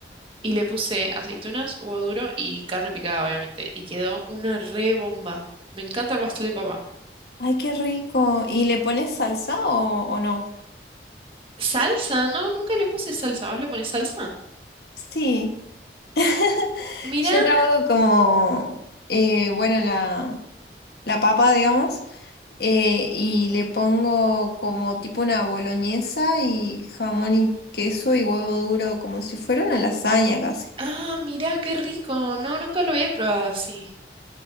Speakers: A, on the right; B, on the left.
A: y le puse aceitunas, huevo duro y carne picada obviamente y quedó una re bomba. Me encanta el pastel de papa.
B: Ay, qué rico. ¿Y le pones salsa o, o no?
A: Salsa, no, nunca le puse salsa, ¿vos le ponés salsa?
B: Sí. <laughs>
A: Mira,
B: Yo la hago como, eh, bueno, la, la papa, digamos. eh, y le pongo como tipo una boloñesa y jamón y queso y huevo duro, como si fuera una lasaña casi.
A: ah, mira, qué rico. No, nunca lo había probado así.